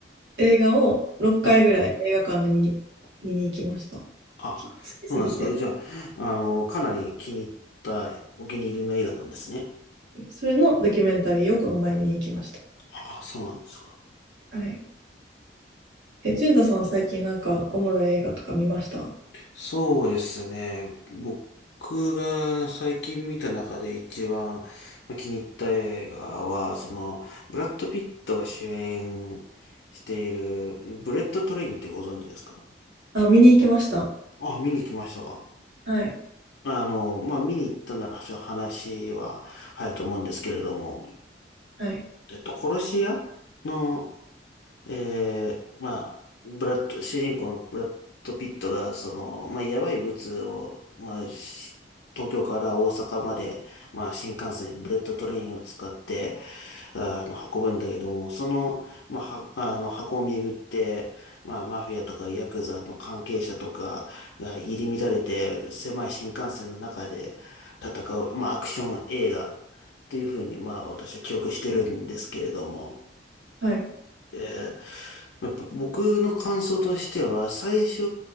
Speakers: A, on the right; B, on the left.
A: 映画を6回ぐらい映画館で見に、
B: はい
A: 見に行きました。
B: あ、
A: き好きすぎて。
B: そうなんですか。じゃあ、あの、かなり気に入った、お気に入りの映画なんですね。
A: それのドキュメンタリーをこの前見に行きました。
B: あ、そうなんですか。
A: はい。え、淳太さんは最近なんかおもろい映画とか見ました
B: そうですね。僕が最近見た中で一番まあ気に入った映画は、その、ブラッド・ピットが主演している、ブレット・トレインってご存知ですか
A: あ、見に行きました。
B: あ、見に行きましたが。
A: はい。
B: あの、まあ、見に行ったなら、ちょっと話は早いと思うんですけれども、
A: はい。
B: えっと、殺し屋のえー、まあ、ブラッド、主人公のブラッド・ピットが、その、まあ、やばい物を、まあ、し東京から大阪まで、まあ、新幹線、ブレットトレインを使って、あの、運ぶんだけども、その、まあ、は、あの、箱を巡って、まあ、マフィアとかヤクザの関係者とかが入り乱れて、狭い新幹線の中で戦う、まあ、アクション映画というふうに、まあ、私は記憶してるんですけれども、
A: はい。
B: えー、やっぱ僕の感想としては、最初